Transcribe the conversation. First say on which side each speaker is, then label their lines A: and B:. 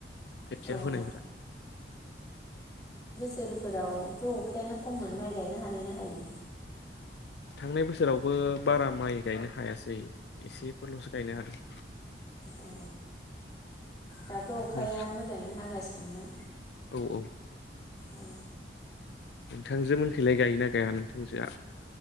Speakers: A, on the left; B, on the left.
A: खोथिया
B: अ
A: फोनायफ्रा।
B: बो सोरोरफोरावथ अखायानो खममोन माइ गायनो हानाय ना हायो
A: थांनाय बोसोरावबो बारा माइ गायनो हायासै एसेफोरलसो गायनो हादों।
B: अ दाथ' अखाया
A: नों
B: मोजाङैनो हागासिनो ना
A: औ औ
B: औ
A: नोंथांजो मोनखैलाय गायोना गाया नोंथांजोआ